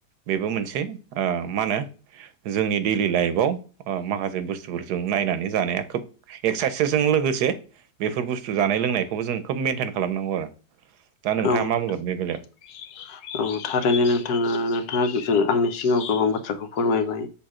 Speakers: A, on the right; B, on the left.
A: बेबो मोनसे मा होनो जोंनि दैडलि लाइफआव माखासे बुस्थुफोरजों नायनानै जानाया खोब एक्सारसाइसजों लोगोसे बेफोर बुस्थु जानाय लोंनायखौबो जों खोब मेेनटेन खालामनांगौ आरो दा नोंथाङा
B: औ नोंथां
A: मा बुंगोन बे बेलायाव
B: औ थारैनो नोंथाङा नोंथाङा जों आंनिसि सिङाव गोबां बाथ्राखौ फोरमायबाय